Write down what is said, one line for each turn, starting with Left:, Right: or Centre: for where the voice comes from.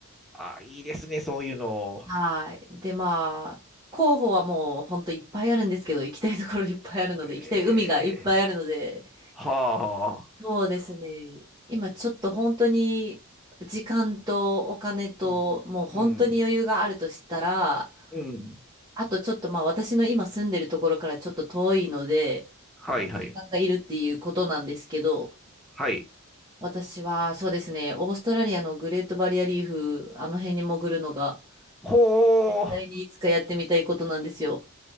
Centre: ああ、いいですね。そういうの。
Right: はい。で、まあ、候補はもう本当いっぱいあるんですけど、行きたいところいっぱいあるので、
Centre: ええ
Right: 行きたい海がいっぱいあるので、
Centre: はあ、はあ。
Right: そうですね。今ちょっと本当に時間とお金と、
Centre: うん。
Right: もう本当に余裕があるとしたら、
Centre: うん。うん。
Right: あとちょっとまあ私の今住んでるところからちょっと遠いので、
Centre: はいはい。
Right: まあ、時間がいるっていうことなんですけど、
Centre: はい。
Right: 私はそうですね、オーストラリアのグレートバリアリーフ、あの辺に潜るのが
Centre: ほ
Right: 絶対にいつかやってみたいことなんですよ。
Centre: ー